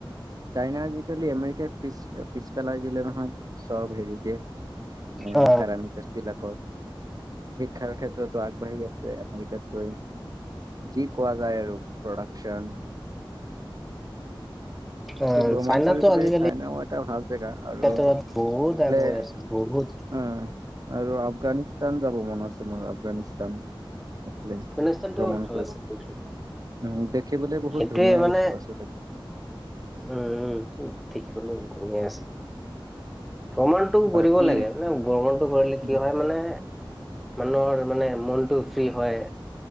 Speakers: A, on the right; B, in the centre.
A: চাইনা আজিকালি আমেৰিকাই পিছ-পিছ পেলাই দিলে নহয় চ'ব হেৰিতে। এ,
B: অ
A: পেৰামিটাৰ <inaudible> শিক্ষাৰ ক্ষেত্ৰতো আগবাঢ়ি আছে আমেৰিকাতকৈ। যি কোৱা যায় আৰু প্ৰডাকচন।
B: অ
A: চৌ, ভ্ৰমণ
B: চাইনাতো
A: কৰিবলৈ
B: আজিকালি
A: চাইনাও এটা ভাল জেগা আৰু,
B: ক্ষেত্ৰত বহুত
A: এফালে
B: আগুৱাই
A: উম,
B: আছে বহুত
A: আৰু আফগানিস্তান যাব মন আছে, মোৰ আফগানি <unintelligible>
B: আফগানিস্তানটো
A: ভ্ৰমণ
B: ভাল
A: কৰিব।
B: আছে কিন্তু
A: উম, দেখিবলৈ বহুত
B: সেইটোৱে
A: ধুনীয়া
B: মানে
A: বস্তু আছে তাতে।
B: উম, উম, দিখিবলৈ ধুনীয়া আছে। ভ্ৰমণতটো কৰিব
A: বাকী
B: লাগে মানে ভ্ৰমণতটো কৰিলে কি
A: উম
B: হয় মানে, মানুহৰ মানে মনটো ফ্ৰী হয়,